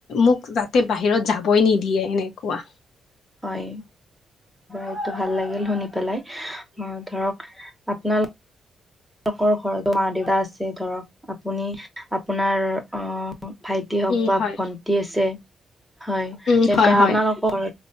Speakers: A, on the left; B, in the centre.
A: মোক যাতে বাহিৰত যা বই নিদিয়ে এনেকুৱা।
B: হয়। এইটো ভাল লাগিল শুনি পেলাই, অ ধৰক আপোনা লোকৰ ঘৰতো মা দেউতা আছে ধৰক আপুনি আপোনাৰ অ ভাইটি হওক
A: উম
B: বা
A: হয়
B: ভন্টি আছে। হয়
A: উম
B: তেনকা
A: হয়
B: আপোনালোকৰ
A: হয়